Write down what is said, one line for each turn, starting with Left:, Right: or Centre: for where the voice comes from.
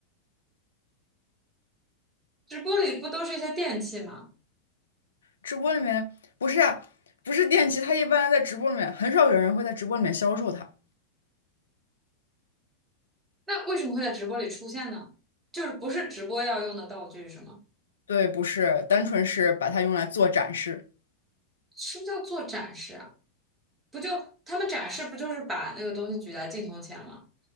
Right: 直播里不都是一些电器吗？
Left: 直播里面不是啊，不是电器，它一般在直播里面很少有人会在直播里面销售它。
Right: 那为什么会在直播里出现呢？就是不是直播要用的道具是吗？
Left: 对，不是，单纯是把它用来做展示。
Right: 什么叫做展示啊？不就他们展示不就是把那个东西举在镜头前吗？